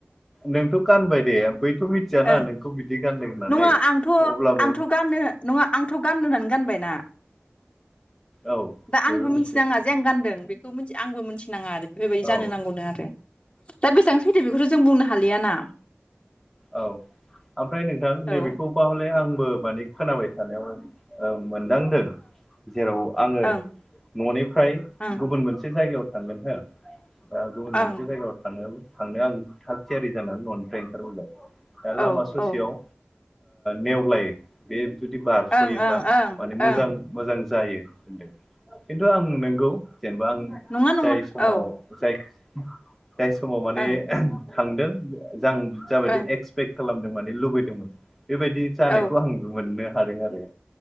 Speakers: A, in the centre; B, on the left (about 30°).
A: नोंथ' गानबाय दे बैथ' मिथियाना
B: ओं
A: नोंखौ बिदि गानदों होननानै
B: नङा आंथ'
A: अब्लाबो
B: <unintelligible> नङा आंथ' गाननो होननानै गानबायना
A: औ
B: दा
A: बेबो
B: आंबो
A: मोनसे
B: मिथिनाङा जेन गान्दों बेखौ <unintelligible> आंबो मिथिनाङा आरो बेफोरबायदि
A: औ
B: जानो नांगौनो आरो। दा बेसेबां सैथो बेखौथ' जों बुंनो हालियाना।
A: औ ओमफ्राय नोंथां
B: औ
A: नैबेखौ
B: ओ
A: अब्ला हले आंबो माने खोनाबाय थानायाव ओ मोनदांदों जेराव आङो
B: ओं
A: न'निफ्राय
B: ओं
A: गुबुन मोनसे जायगायाव थांगोन हो गुबुन
B: ओं
A: मोनसे जायगायाव थां <unintelligible> थांनो आं थाग थियारि जानानानै न'निफ्राय ओंखारबोबाय। दा
B: औ
A: लामा ससेयाव
B: ओं
A: ओ नेव लाय बे जुदि बारस'योबा
B: ओं ओं ओं
A: माने मोजां।
B: ओं
A: मोजां जायो होनदों खिन्थु आं नंगौ जेनेबा आं
B: नङा नङा
A: जाय समाव
B: औ
A: जाय जाय समाव माने
B: ओं
A: थांदों जां जाबाय
B: ओं
A: दे। एक्सपेक्ट खालामदों माने लुबैदोंमोन बेबायदि जानायखौ
B: औ
A: आं मोननो हादों आरो।